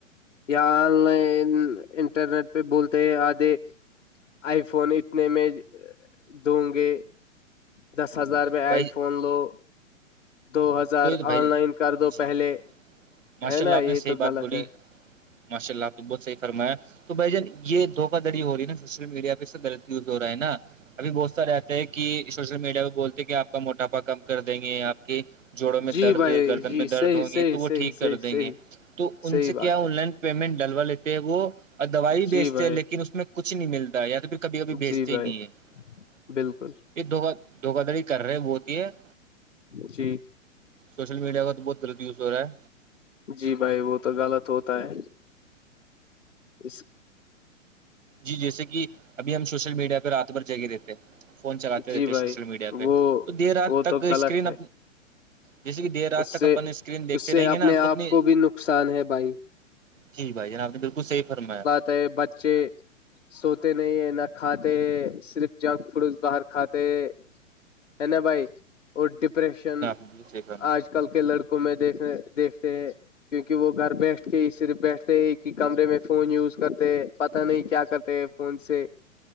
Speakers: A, on the left; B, on the right.
A: یا آن لائن انٹرنیٹ پہ بولتے ہیں آدے آئی فون اتنے میں دوں گے دس ہزار
B: تو
A: میں
B: بھائی
A: آئی فون لو دو ہزار
B: تو
A: سر
B: بھائی
A: آن
B: جی
A: لائن کر دو
B: جی
A: پہلے
B: جی ماشاء
A: ہے نا
B: اللہ آپ نے
A: یہ
B: صحیح
A: تو غلط
B: بات بولی
A: ہے
B: ماشاء اللہ آپ کو بہت صحی فرمایا تو بائی جان یہ دھوکا دڑی ہو رہی نا سوشل میڈیاہ سے غلط یوز ہو رہا ہے نا ابھی بہت سا رہتا ہے کہ سوشل میڈیا پہ بولتے ہیں کہ آپ کا موٹاپا کم کر دیں گے آپ کے- جوڑوں میں
A: جی
B: درد
A: بھائی
B: گردن
A: جی
B: میں درد
A: صحیح
B: ہوں
A: صحیح
B: گے تو وہ
A: صحیح
B: ٹھیک کر
A: صحیح
B: دیں
A: صحیح
B: گے تو ان
A: صحیح
B: سے
A: بات
B: کیا
A: ہے
B: ان لائن- پیمنٹ ڈلوا لیتے ہیں وہ دوائی
A: جی
B: بیچتے
A: بھائی
B: ہیں لیکن اس میں کچھ نہیں ملتا یا تو پھر کبھی کبھی بیچتے
A: جی بھائی
B: ہی نہیں ہے- <unintelligible>
A: بالکل-
B: یہ د دھوکا دڑی کر رہے بتی ہے-
A: جی
B: سوشل میڈیا کا بہت لط یو ہو رہا ہے
A: جی بھائی وہ تو غلط ہوتا ہے اس
B: جی جیسے کہ ابھی ہم سوشل میڈیا پہ رات بھر جگگے دیتے ہیں فون چلاتے
A: جی
B: رہتے
A: بھائی
B: سوشل میڈیا پہ
A: وہ
B: تو دیر رات
A: وہ
B: تک
A: تو غلط
B: اسکرین
A: ہے
B: جیسے کہ دیر رات
A: اس
B: تک
A: سے
B: اپنی سکرین دیکھتے
A: اس سے
B: رہیں
A: اپنے
B: گے نا
A: آپ
B: تم نے-
A: کو بھی نقصان ہے بھائی
B: جی بھائی جنا، آپ نے بالکل صیح فرمایا
A: ت بچے سوتے نہیں ہے نہ کھاتے ہیں صرف جنک فوڈز باہر کھاتے ہیں ہے ن بھائی وہ ڈیپریشن-
B: جی شیک-
A: آج کل کے لڑکوں میں دیکھنے، دیکھتے ہیں- کیونکہ وہ گھر بیٹھ کے اس بیٹھتے ایک ہی کمرے میں فون یوز کرتے ہیں پتہ نہیں کیا کرتے ہیں- فون سے